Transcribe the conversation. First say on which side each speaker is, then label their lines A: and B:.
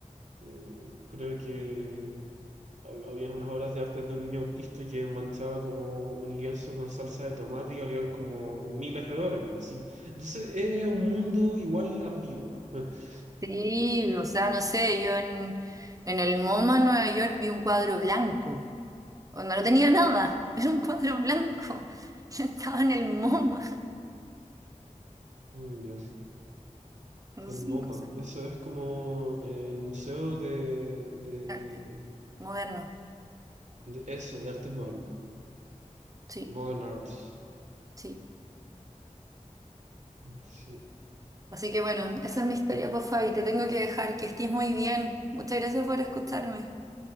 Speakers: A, on the right; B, on the right.
A: Eh, creo que hab- habían unas obras de arte de un niño autista que manchaba como un lienzo con salsa de tomate y valían como miles de dólares. Así. Entonces es un mundo igual ambiguo. <laughs>
B: Sí, o sea, no sé, yo en, en el MoMA en Nueva York vi un cuadro blanco, onda, no no tenía nada, <laughs> era un cuadro blanco, <laughs> yo estaba en el MoMA, <laughs>
A: Mm, Ya,
B: no
A: El
B: sé,
A: MoMA,
B: cosas
A: eso es como eh, el museo de, de,
B: de arte moderno,
A: de eso, de artes modernas.
B: sí,
A: Modern Arts.
B: sí.
A: Sí.
B: Así que bueno, esa es mi historia, por Fabi, te tengo que dejar, que estés muy bien, muchas gracias por escucharme,